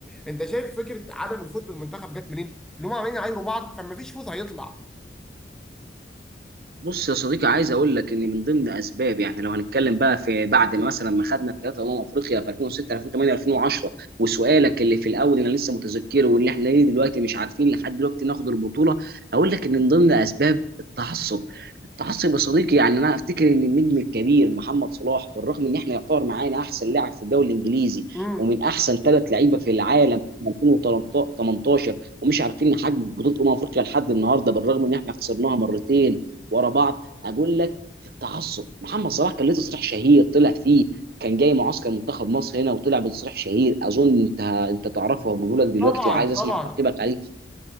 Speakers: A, in the centre; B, on the right.
A: انت شايف فكره عدم الفوز بالمنتخب جت منين؟ اللي هم عمالين يعايروا بعض فما فيش فوز هيطلع
B: بص يا صديقي عايز اقول لك ان من ضمن اسباب يعني لو هنتكلم بقى في بعد ما مثلا ما خدنا الثلاثه امم افريقيا في 2006 2008 2010 وسؤالك اللي في الاول انا لسه متذكره واللي احنا ليه دلوقتي مش عارفين لحد دلوقتي ناخد البطوله هقول لك ان من ضمن اسباب التعصب التعصب يا صديقي يعني انا افتكر ان النجم الكبير محمد صلاح بالرغم ان احنا يعتبر معانا احسن لاعب في الدوري الانجليزي
A: امم
B: ومن احسن ثلاث لعيبه في العالم في 2018 ومش عارفين نحقق بطوله امم افريقيا لحد النهارده بالرغم ان احنا خسرناها مرتين ورا بعض اقول لك التعصب محمد صلاح كان ليه تصريح شهير طلع فيه كان جاي معسكر منتخب مصر هنا وطلع بتصريح شهير اظن انت انت تعرفه وهقوله لك دلوقتي
A: طبعا
B: وعايز
A: طبعا
B: اسمع تعقيبك عليه